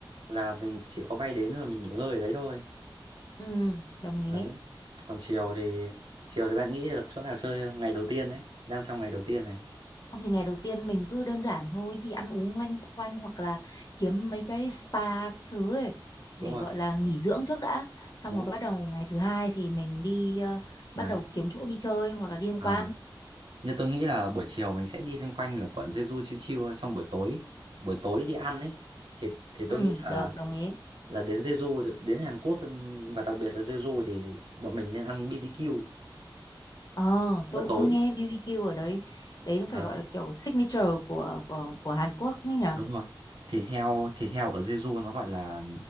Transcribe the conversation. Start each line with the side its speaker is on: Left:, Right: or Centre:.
Right: là mình chỉ có bay đến rồi mình nghỉ ngơi ở đấy thôi
Left: Ừ, đồng ý.
Right: đấy còn chiều thì chiều thì bạn nghĩ được chỗ nào chơi không? ngày đầu tiên đấy đang trong ngày đầu tiên này
Left: Không thì ngày đầu tiên mình cứ đơn giản thôi, đi ăn uống loanh quanh hoặc là kiếm mấy cái spa các thứ ấy để
Right: đúng rồi
Left: gọi là nghỉ dưỡng trước đã. Xong
Right: đúng
Left: rồi bắt
Right: rồi
Left: đầu ngày thứ hai thì mình đi ờ,
Right: đấy
Left: bắt đầu kiếm chỗ đi chơi hoặc là đi tham
Right: à,
Left: quan.
Right: như tôi nghĩ là buổi chiều mình sẽ đi loanh quanh là quận Jeju chiêu chiêu thôi xong buổi tối buổi tối đi ăn ấy thì thì
Left: Ừ,
Right: tôi nghĩ là
Left: được, đồng ý.
Right: là đến Jeju được- đến Hàn Quốc ừm, và đặc biệt là Jeju thì bọn mình nên ăn BBQ
Left: Ờ,
Right: bữa
Left: tôi cũng
Right: tối
Left: có nghe BBQ ở đấy. Đấy nó phải
Right: đấy
Left: gọi là kiểu signature của của của Hàn Quốc ấy nhỉ?
Right: đúng rồi thịt heo thịt heo ở Jeju nó gọi là